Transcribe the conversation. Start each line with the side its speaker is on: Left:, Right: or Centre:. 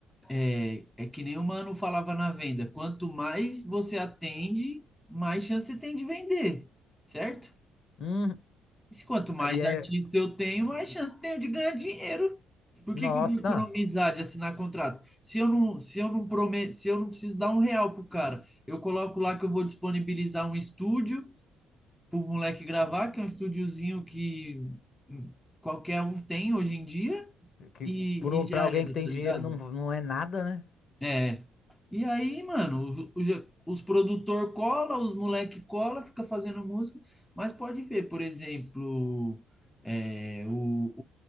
Centre: É, é que nem o Mano falava na venda, quanto mais você atende, mais chance você tem de vender, certo?
Left: Uhum.
Centre: E se quanto mais
Left: Aí é.
Centre: artista eu tenho, mais chance eu tenho de ganhar dinheiro. Por
Left: Nossa,
Centre: que que eu vou economizar
Left: não.
Centre: de assinar contrato? Se eu não, se eu não prometo, se eu não preciso dar um real pro cara, eu coloco lá que eu vou disponibilizar um estúdio pro moleque gravar, que é um estúdiozinho que hum, qualquer um tem hoje em dia,
Left: Que,
Centre: e,
Left: por um,
Centre: e
Left: pra
Centre: já
Left: alguém
Centre: era,
Left: que tem
Centre: tá
Left: dinheiro
Centre: ligado?
Left: não, não é nada, né?
Centre: É. E aí, mano, os, os, produtor cola, os moleque cola, fica fazendo música, mas pode ver, por exemplo, é, o,